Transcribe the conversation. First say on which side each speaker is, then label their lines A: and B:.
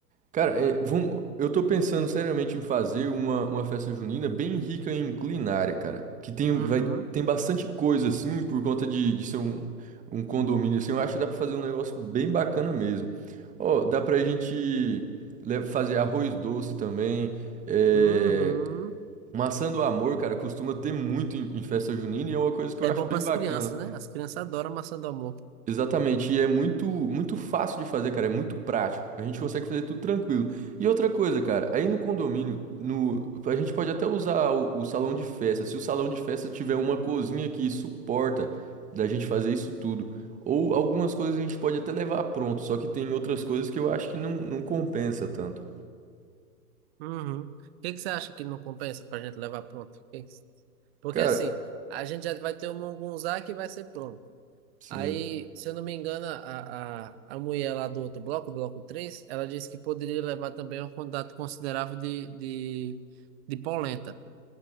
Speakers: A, on the right; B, on the right.
A: Cara, é, vamos, eu tô pensando seriamente em fazer uma, uma festa junina bem rica em culinária, cara. Que tem,
B: Uhum,
A: vai, tem bastante coisa, assim, por conta de, de ser um, um condomínio, assim. Eu acho que dá pra fazer um negócio bem bacana mesmo. Ó, dá pra gente le- fazer arroz doce também. É,
B: uhum.
A: maçã do amor, cara, costuma ter muito em, em festa junina e é uma coisa que
B: É
A: eu acho
B: bom
A: bem
B: para as
A: bacana.
B: crianças, né? As crianças adoram maçã do amor.
A: Exatamente, e é muito, muito fácil de fazer, cara, é muito prático. A gente consegue fazer tudo tranquilo. E outra coisa, cara, aí no condomínio, no, a gente pode até usar o, o salão de festa. Se o salão de festa tiver uma cozinha que suporta da gente fazer isso tudo, ou algumas coisas a gente pode até levar pronto, só que tem outras coisas que eu acho que não, não compensa tanto.
B: Uhum. O que que você acha que não compensa pra gente levar pronto? O que que- Porque
A: Cara,
B: assim, a gente já vai ter o Mungunzá que vai ser pronto.
A: sim.
B: Aí, se eu não me engano, a, a, a mulher lá do outro bloco, bloco 3 ela disse que poderia levar também uma quantidade considerável de, de, de polenta